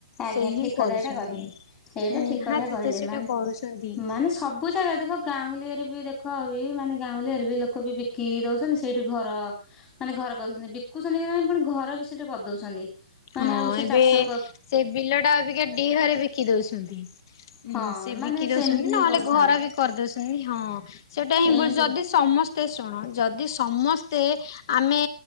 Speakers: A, on the left; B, on the left.
A: ଆଜ୍ଞା
B: ସେ ହିଁ
A: ଠିକ୍
B: କରୁଛନ୍ତି
A: କଥା ଏଇଟା କହିଲେ ଏଇଟା
B: ନିହାତି
A: ଠିକ୍ କଥା କହିଲେ
B: ତ ସେଇଟା
A: ମାନେ
B: କରୁଛନ୍ତି।
A: ମାନେ ସବୁ ଜାଗା ଦେଖ ଗାଁଉଁଲି ଇଏରେ ବି ଦେଖ ଲୋକ ବି ମାନେ ଗାଉଁଲି ଇଏରେ ବି ଲୋକ ବି ବିକି ଦଉଛନ୍ତି ସେଇଠି ଘର ମାନେ ଘର କରୁଛନ୍ତି। ବିକୁଛନ୍ତି ନାଇଁ ପୁଣି ଘର ବି ସେଠି କରିଦଉଛନ୍ତି ମାନେ
B: ହଁ
A: ଆଉ ସେ
B: ଏବେ
A: ଚାଷ କ
B: ସେ ବିଲ ଟା ଅବିକା ଡିହରେ ବିକି ଦଉଛନ୍ତି। ହୁଁ
A: ହଁ
B: ସେ
A: ମାନେ
B: ବିକି ଦଉଛନ୍ତି
A: ସେମିତି
B: ନହେଲେ
A: ହିଁ କରୁଛନ୍ତି
B: ଘର ବି କରିଦଉଛନ୍ତି ହଁ ସେଟା ହିଁ
A: ଏମିତି
B: ବୁ ଯଦି ସମ ସ୍ତେ ଶୁଣ ଯଦି ସମସ୍ତେ ଆମେ